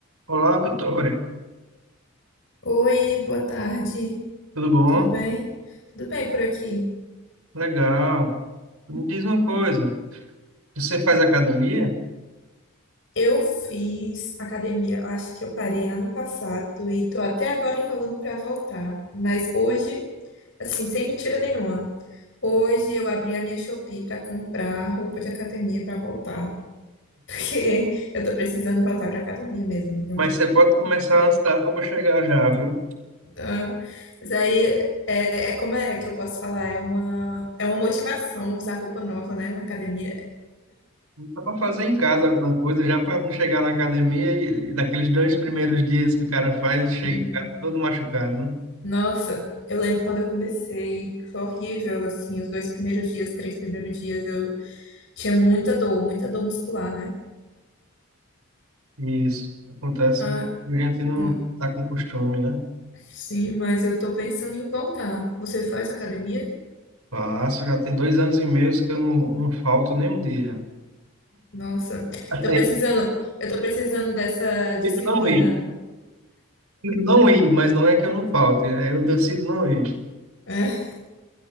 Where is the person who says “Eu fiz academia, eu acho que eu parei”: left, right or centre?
Left